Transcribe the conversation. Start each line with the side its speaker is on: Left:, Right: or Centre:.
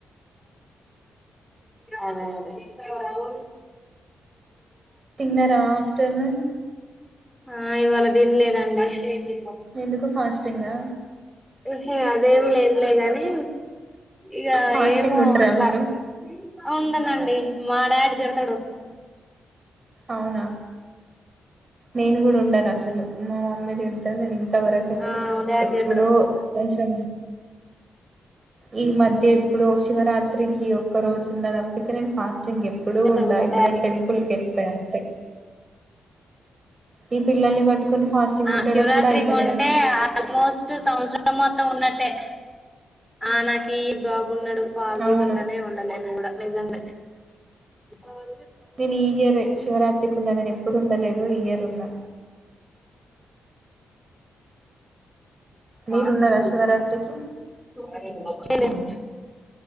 Centre: అదే అదే ఇ
Right: తిన్నారా ఆఫ్టర్నూన్
Centre: ఆ ఇవాళ దీన్లేదండి నే
Right: ఎందుకు ఫాస్టింగా
Centre: హే అదేం లేదులేగాని ఇక
Right: ఫాస్టింగ్
Centre: ఏమో
Right: ఉంటరా
Centre: అట్లా
Right: మీరు
Centre: ఉందనండి మా డాడీ తిడతారు
Right: అవునా నేను కూడా ఉండాను అసలు మా మామ్మీ తిడుతంది నేను ఇంత వరకు అసలు
Centre: ఆ మా డాడీ
Right: ఎప్పుడో
Centre: తిడతాడు
Right: కొంచెం ఈ మధ్య ఇప్పుడు శివరాత్రికి ఒక్క రోజు ఉన్న తప్పితే నేను ఫాస్టింగ్ ఎప్పుడుూ
Centre: ఇతడు
Right: ఉండా
Centre: మా
Right: ఇప్పుడు
Centre: డాడీ
Right: నేను టెంపుల్ కి వెళ్తాను ఈ పిల్లల్ని పట్టుకొని ఫాస్టింగ్
Centre: ఆ
Right: ఉండడం
Centre: శివరాత్రికి
Right: కూడా అయితలేదు
Centre: ఉంటే ఆల్మోస్ట్ సంవత్సరలు మొత్తం ఉన్నట్టే ఆ నాకు బాబున్నాడు పాతదు
Right: అవును
Centre: ఉండనే ఉండలే న కూడా నిజంగా అ
Right: నేను ఈ ఇయర్ శివరాత్రికి ఉన్నా నేను ఎప్పుడు ఉండలేదు ఈ ఇయర్ ఉన్నా
Centre: ప్యాసింజర్
Right: మీరున్నారా శివరాత్రికి
Centre: <unintelligible>